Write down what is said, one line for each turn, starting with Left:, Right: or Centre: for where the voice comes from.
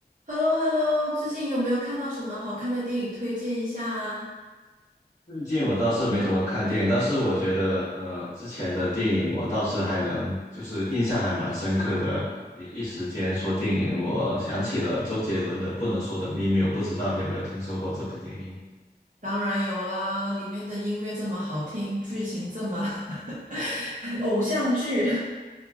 Right: h e l l o h e l l o 最近有没有看到什么好看的电影推荐一下啊？
Left: 最近我倒是没怎么看电影，但是我觉得，呃，之前的电影我倒是还能，就是印象还蛮深刻的。你一时间说电影，我想起了周杰伦的《不能说的秘密》，我不知道你有没有听说过这部电影。
Right: 当然有啦，里面的音乐这么好听，剧情这么 <laughs> 偶像剧，